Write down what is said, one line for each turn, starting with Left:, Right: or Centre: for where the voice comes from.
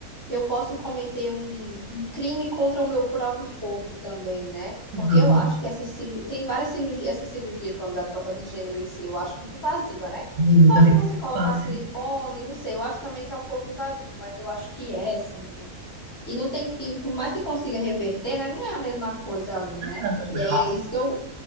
Left: eu posso cometer um, um crime contra o meu próprio corpo também, né?
Right: uhum.
Left: Porque eu acho que essa cirurgia, tem várias cirurgias, essa cirurgia pronto, da troca de gênero em si, eu acho muito invasiva, né?
Right: É muito
Left: Eu acho
Right: agressivo
Left: que você colocar
Right: né?
Left: silicone, não sei, eu acho também que é um pouco invasivo, mas eu acho que é essa, menina. E não tem, e por mais que consiga reverter, né, não é a mesma coisa ali, né?
Right: Ah, não,
Left: E
Right: eu
Left: aí
Right: acho.
Left: é isso que eu,